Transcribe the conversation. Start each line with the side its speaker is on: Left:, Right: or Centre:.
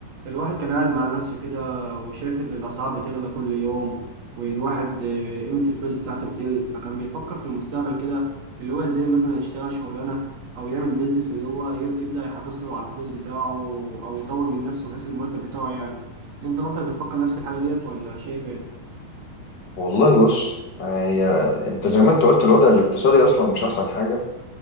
Right: الواحد كان قاعد مع نفسه كده وشايف ان الاسعار بتغلى كل يوم والواحد آه، قيمة الفلوس بتاعته بتقل فكان بيفكر في المستقبل كده اللي هو ازاي مثلا يشتغل شغلانة او يعمل بيزنس اللي هو ي- يبدأ يحافظ له على الفلوس بتاعه او يطور من نفسه بحيث المرتب بتاعه يعلى انت برضك بتفكر نفس الحاجة ديت ولا شايف ايه؟
Left: والله بص آه، هي انت زي ما انت قلت الوضع الاقتصادي اصلا مش احسن حاجه